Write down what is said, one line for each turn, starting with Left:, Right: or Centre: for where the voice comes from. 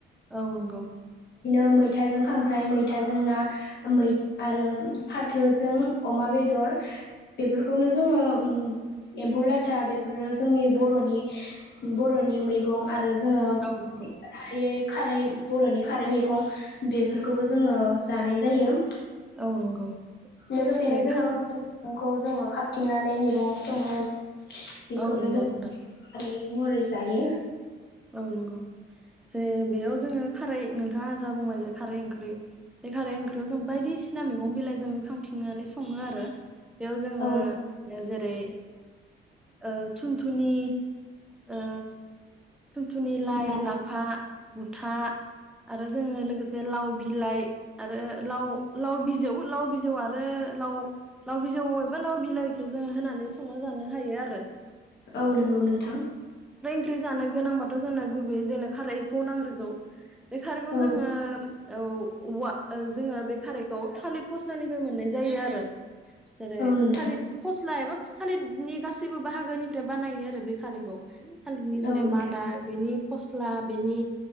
Centre: औ नंगौ
Left: बिदिनो मैथाजों खांख्राइ मैथाजों ना मैआरो फाथोजों अमा बेदर बेफोरखौनो जोङो ओम एमफौ लाथा बे ओरैनो जोंनि बर'नि बर'नि मैगं आरो जोङो
Centre: औ नंगौ
Left: हायै खारै बर'नि खारै मैगं बेफोरखौबो जोङो जानाय जायो।
Centre: औ नंगौ
Left: लोगोसेनो
Centre: दे
Left: जोङो
Centre: खारै
Left: <unintelligible> खौ जोङो खााबथिंनानै मैगं सङो बेखौनो
Centre: औ नंगौ
Left: जों
Centre: नोंथां
Left: खारै मरै जायो
Centre: औ नंगौ जे बेयाव जोङो खारै नोंथाङा जा बुंबाय जे खारै ओंख्रि बे खारै ओंख्रियाव जों बायदिसिना मैगं बिलाइजों खांथिंनानै सङो आरो बेयाव जोङो
Left: औ
Centre: बेवाजेरै ओ थुन थुनि ओ थुनथुनि, लाइ,
Left: नोंथां
Centre: लाफा मुथा आरो जोङो लोगोसे लाव बिलाइ आरो लाव, लाव बिजौ, लाव बिजौ आरो लाव, लाव बिजौ एबा लाव बिलाइखौ जोङो होनानै संना जानो हायो आरो।
Left: औ नोंगौ नोंथां।
Centre: ख्रि जानो गोनांबाथ' जोंनो गुबै जोंनो खारैखौ नांग्रोगौ। बे खारैखौ
Left: औ
Centre: जोङो औ औवा ओ जोङो बे खारैखौ थालिरि फस्लानिफ्राय मोननाय जायो आरो। जेरै
Left: औ नोंथां
Centre: थालिर फस्ला एबा थालिरनि गासैबो बाहागोनिफ्राय बानायो आरो बे खारैखौ। थालिरनि जिरेमान
Left: औ नोंथां
Centre: दा बेनि फस्ला बेनि